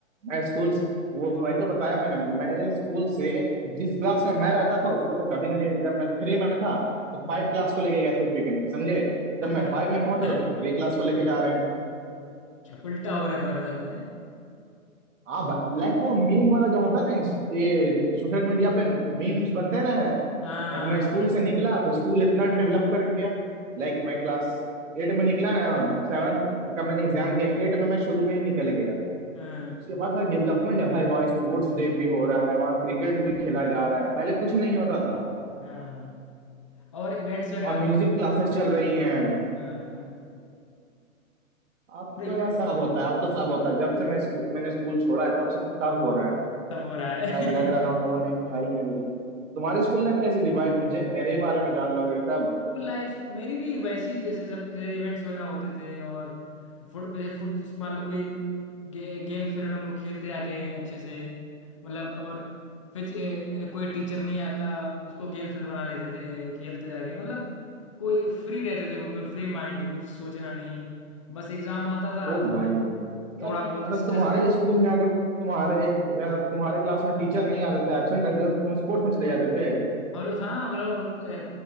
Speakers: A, on the right; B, on the left.
A: मैं स्कूल वो वही तो बताया मैंने मेरे स्कूल से जिस क्लास में मैं रहता था उसको तो कभी नहीं लेके जब मैं थ्री में था तो
B: हम्म
A: फाइव क्लास को लेके गए थे पिकनिक समझे जब
B: <laughs>
A: मैं फाइव में पहुंचा तो थ्री क्लास को लेके जा रहे हैं
B: उल्टा हो रहा है तुम्हारे साथ है
A: हाँ भाई लाइक वो मीम वाला जो होता है ना इंस- ये सोशल मीडिया पे मीम्स बनते ना है
B: हाँ
A: लाइक मैं
B: हाँ
A: स्कूल से निकला तो स्कूल इतना डेवलप कर गया लाइक मैं क्लास एट में निकला ना मतलब सेवन का मैंने एग्जाम दिया एट में मैं शुरू में ही निकल गया
B: हाँ
A: उसके
B: <laughs>
A: बाद में डेवलपमेंट है भाई वहाँ स्पोर्ट्स डे भी हो रहा है वहाँ क्रिकेट भी खेला जा रहा है पहले कुछ नहीं होता था
B: हाँ हाँ और इवेंट्स वगैरह
A: वहाँ
B: होते
A: म्यूजिक क्लासेस चल रही हैं
B: हाँ हाँ
A: अब
B: और
A: तो
B: इवेंट
A: यार सब होता है अब तो सब होता है जब से मैं स्कूल मैंने स्कूल छोड़ा है तब से तो सब हो रहा है
B: सब हो रहा है
A: लाइक लग रहा है
B: <laughs>
A: उन लोगों ने क्या ही खेल लिया तुम्हारी स्कूल लाइफ कैसी थी भाई मुझे मेरे बारे में जान लोगे सब
B: लाइफ मेरी भी वैसी ही जैसे सब जैसे इवेंट्स वगैरह होते थे और फुट फुट जैसे मान लो कोई गे, गेम्स पीरियड में हम लोग खेलते आके अच्छे से मतलब और फिर ए, ए, कोई टीचर नहीं आता उसको गेम्स पीरियड बना लेते थे खेलते जाके मतलब कोई फ्री रहते थे बिल्कुल फ्री माइंड कुछ सोचना नहीं बस एग्जाम आता था
A: ओ
B: तो
A: भाई यार
B: थोड़ा बहुत
A: मतलब
B: स्ट्रेस
A: तुम्हारे स्कूल में अगर तुम्हारे अगर तुम्हारे क्लास में टीचर नहीं आते थे एब्सेंट रहते थे तो तुम स्पोर्ट्स में चले जाते थे
B: हम लोग हाँ हम लोग हम लोग ए,